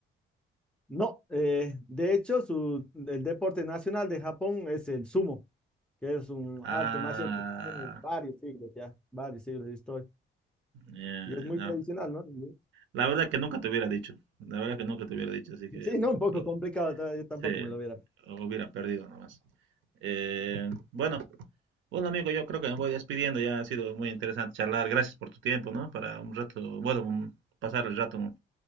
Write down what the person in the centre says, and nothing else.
No, eh, de hecho, su, el deporte nacional de Japón es el sumo, que es un
arte marcial que tiene varios siglos ya, varios siglos de historia.
Y es muy
tradicional, ¿no? Y-
Sí, no, un poco
complicado, ta- yo tampoco
me lo hubiera.